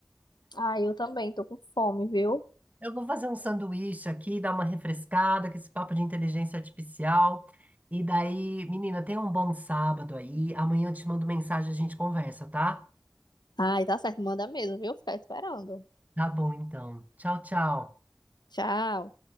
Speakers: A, on the left (about 70°); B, on the right (about 20°).
A: Ah, eu também tô com fome, viu?
B: Eu vou fazer um sanduíche aqui, dar uma refrescada com esse papo de inteligência artificial. E daí, menina, tenha um bom sábado aí. Amanhã eu te mando mensagem, a gente conversa, tá?
A: Ai, tá certo, manda mesmo, viu? Ficar esperando.
B: Tá bom, então. Tchau, tchau.
A: Tchau.